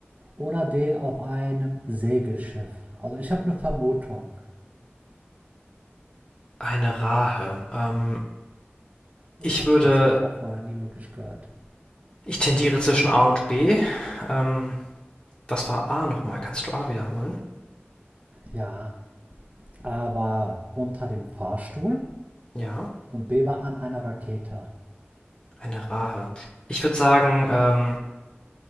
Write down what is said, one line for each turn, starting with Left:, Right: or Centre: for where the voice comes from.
Right: Oder D, auf einem Segelschiff? Also ich habe eine Vermutung.
Left: eine Rahe. Ähm,
Right: Ich
Left: ich
Right: habe
Left: würde,
Right: das Wort auch vorher nie wirklich gehört.
Left: ich tendiere zwischen A und B. Ähm, Was war A nochmal? Kannst du A wiederholen?
Right: Ja, A war unter dem Fahrstuhl
Left: Ja,
Right: und B war an einer Rakete.
Left: eine Rahe. Ich würde sagen, ähm,